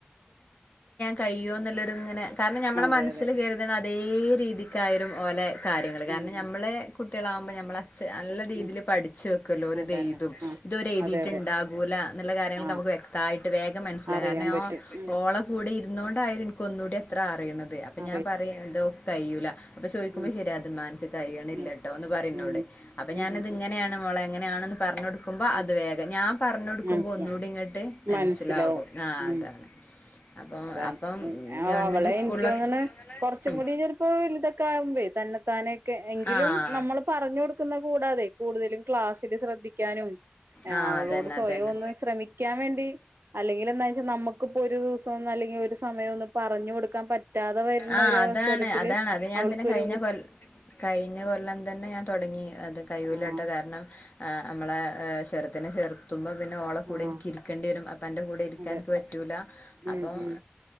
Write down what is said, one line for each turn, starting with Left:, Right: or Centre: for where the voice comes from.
Left: കയ്യോ എന്നുള്ളത് ഇങ്ങനെ കാരണം ഞമ്മുടെ
Right: അതെ
Left: മനസ്സിൽ
Right: അതെ
Left: കയരുതുന്നത് അതേ രീതിക്കായിലും ഓലെ കാര്യങ്ങള്
Right: ഉം
Left: കാരണം ഞാമ്മള് കുട്ടികളാകുമ്പോൾ നമ്മൾ- നല്ല രീതില്
Right: ഉം ഉം
Left: പഠിച്ച് വെക്കുല്ലോ ഒലിത്
Right: അതന്നെ
Left: ഏഴ്തും
Right: ആ
Left: ഇതോര് യേഴുതിട്ടുണ്ടാകൂല്ല
Right: അതെ അതെ
Left: എന്നിള്ള കാര്യങ്ങൾ
Right: ആ
Left: - വ്യക്തായിട്ട് വേഗം മനസ്സില
Right: അറിയാൻ
Left: കാരണം
Right: പറ്റും ഉം
Left: ഓള കൂടെ ഇരുന്നുകൊണ്ടായഇരിക്കും ഒന്നുകൂടി ഇത്ര -
Right: ആ
Left: ഞാൻ പറയ ഇതോ കയുല അപ്പൊ ചോയ്ക്കുമ്പോ
Right: ഉം
Left: ശരി അതുമ്മനക്ക് കഴിയണില്ലട്ടോ
Right: ഉം
Left: ഒന്ന് പറയുന്നോടെ-
Right: ഉം
Left: അപ്പ
Right: ഉം
Left: ഞാനത്
Right: ഉം ഉം
Left: ഇങ്ങനെയാണ് മോളെ പറഞ്ഞ് കൊടുക്കുബോഅത്
Right: ഉം
Left: വേഗ ഞാൻ പറഞ്ഞ് കൊടുക്കുമ്പോ
Right: മനസ്സിലാവും
Left: ഒന്നൂടി എന്നിട്ട് മനസ്സിലാകും
Right: മനസ്സിലാവും
Left: ആ
Right: ഉം
Left: അതാണ് അപ്പം
Right: അതാണ്
Left: അപ്പം ഗവൺമെന്റ്
Right: അവളെ
Left: സ്കൂളിലൊക്കെ
Right: എനിക്ക് തോണ്
Left: ഉം
Right: കൊറച്ചും കൂടി ചിലപ്പോല വലതാക്കെ ആകുബാഴേ തന്നെ തന്നെതന്നേക്ക് എങ്കിലും
Left: ആഹ്
Right: നമ്മള് പറഞ്ഞ് കൊടുക്കുന്ന കൂടാതെ കൂടുതലും ക്ലാസ്സില് ശ്രദ്ധിക്കാനും
Left: ഏഹ്
Right: അവളോട് സ്വയം ഒന്ന് ശ്രമിക്കാൻ വേണ്ടി അല്ലെങ്കിൽ എന്താന്ന് വെച്ചാൽ നമ്മുക്കിപ്പോ ഒരു ദു- സം അല്ലെങ്കി ഒരു സമയം ഒന്നും പറഞ്ഞു കൊടുക്കാൻ പറ്റാതെ വരുന്ന
Left: ആഹ് അതാണ്
Right: അവസരത്തിൽ
Left: അതാണ് അത് ഞാൻ
Right: അവൾക്ക്ഒരു
Left: പിന്നെ കഴിഞ്ഞ കഴിഞ്ഞ കൊല്ലം തന്നെ ഞാൻ തുടങ്ങി അത് കയ്യുല്ലട്ടോ
Right: ആഹ്
Left: കാരണം ആ നമ്മളെ ചെറുതിനെ ചേർത്തുമ്പോ- പിന്നെ ഓള കൂടെ
Right: ആഹ്
Left: എനിക്ക് ഇരിക്കേണ്ടി വരും അപ്പന്റെ കൂടെ ഇരിക്കാനക്ക്
Right: അതെ
Left: പറ്റൂല
Right: ഉം
Left: അപ്പൊ-
Right: ഉം